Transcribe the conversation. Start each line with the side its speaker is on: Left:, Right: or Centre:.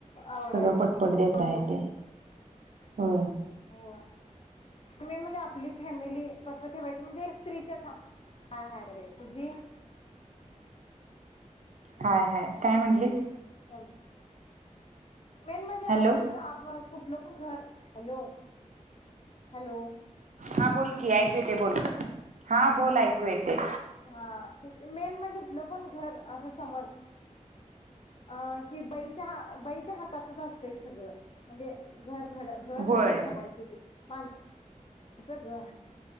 Left: आवरा
Right: सगळं
Left: रे
Right: पटपट देता
Left: होय होय
Right: येतय हो.
Left: हो मेन म्हणजे आपली फॅमिली कस ठेवायच म्हणजे स्त्री च्या हा--हाय हाय बरी हाय. तुझी
Right: हाय हाय काय म्हटलीस?
Left: चालेल. मेन म्हणजे आमास्नी
Right: हॅलो
Left: आपण कुठलं पण घर हॅलो हॅलो
Right: हा बोल की ऐकू येते बोल. बोल
Left: हा
Right: ऐकू येते.
Left: हा तेच की मेन म्हणजे कुठलं पण घर असं समज अ की बाई च्यार हातातच असत सगळ. म्हणजे घर घड घर
Right: होय
Left: कस घडवायचं ते मा अस ग.